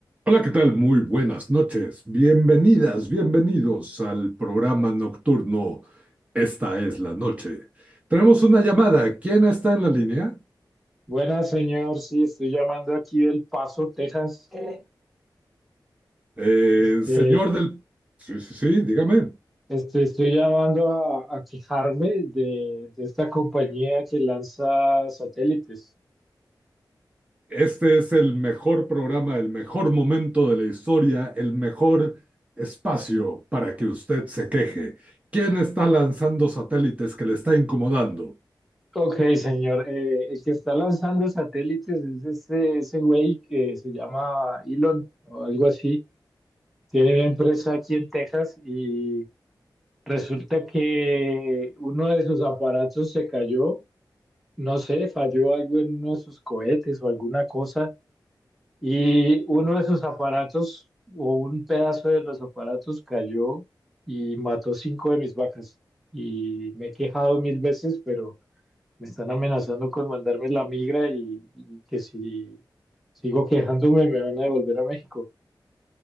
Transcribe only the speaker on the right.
Hola, ¿qué tal? Muy buenas noches. Bienvenidas, bienvenidos al programa nocturno. Esta es la noche. Tenemos una llamada. ¿Quién está en la línea?
Eh,
señor del... Sí, sí, sí, dígame.
Este es el mejor programa, el mejor momento de la historia, el mejor espacio para que usted se queje. ¿Quién está lanzando satélites que le está incomodando?